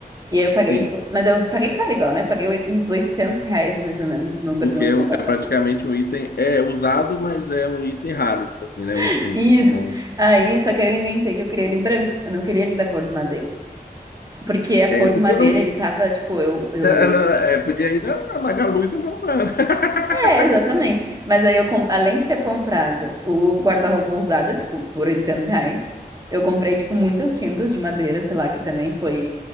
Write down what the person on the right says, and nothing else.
E aí eu paguei,
tipo... Mas eu paguei caro igual, né? Paguei oi- uns 800 reais, mais ou menos, no, br-
no
guarda-roupa.
<laughs>
Isso.
Aí, só que aí eu inventei que eu queria ele branco. Eu não queria ele da cor de madeira. Porque a
cor de
madeira,
ele tava, tipo, eu, eu
É, exatamente. Mas aí eu, com- além de ter comprado o guarda-roupa usado, tipo, por 800 reais, eu comprei, tipo, muitas tintas de madeira, sei lá, que também foi